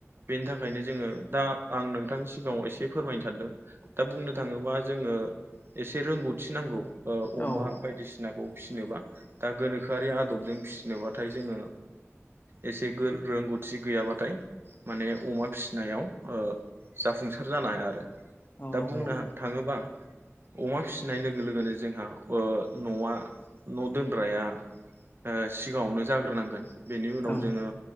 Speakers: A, on the right; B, on the left.
A: बेनि थाखायनो जोंङो दा आं नोंथांनि सिगांङाव एसे फोरमायनो सानदों दा बुंनो थांङोबा जोंङो ओ एसे रोंगौथि नांगौ ओ अमा
B: औ
A: बायदिसिनाखौ फिसिनोबा दा गोनोखोआरि आदबजों फिसिनोबाथाय जोंङो एसे गो रोंगौथि गैयाबाथाय माने अमा फिसिनायाव जाफुंसार जानो हाया आरो
B: औ
A: दा
B: नंगौ
A: बुंनो थांङोबा
B: <inaudible>
A: अमा फिसिनाय लोगो लोगोनो जोंहा ओ न'आ न' दोनग्राया ओ सिगांङावनो जाग्रोनांगोन बेनि उनाव
B: औ
A: जोंङो